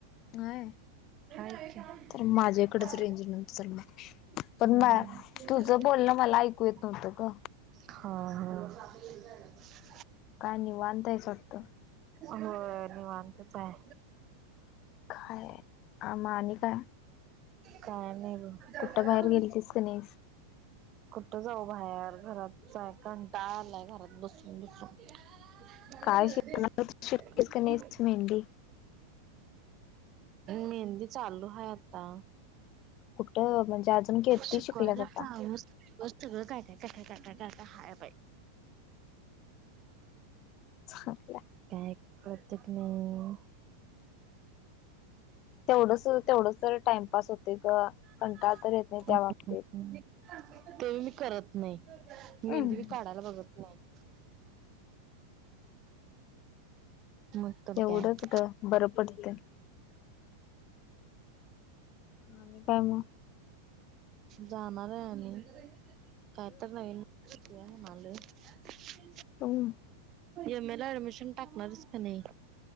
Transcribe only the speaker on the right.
हाय की हा
हा
हा.
भाकरी
झाल्यात...
हंहं <unintelligible>
होय निवांतच आहे.
काय नाही बघ.
कुठं जाऊ बाहेर घरात आहे. कंटाळाच आलाय घरात बसून बसून. बाहेर
जाणारे
<inaudible>
राधे?
मेहंदी चालू आहे, आता.
शिकवायला
का <unintelligible> <inaudible> मत सगळं काय? काय? काय? काय काय काय हाय बाई.
काय? प्रत्येक नाही.
<unintelligible>
ते मी करत. नाही
मेहंदी पण काढायला बघत नाईत. मग तो
गॅप <unintelligible>
जाणार आहे, आणि कायतरी नवीन. आलोय. <unintelligible>
एम ए ला ऍडमिशन टाकणार आहेस का नाही.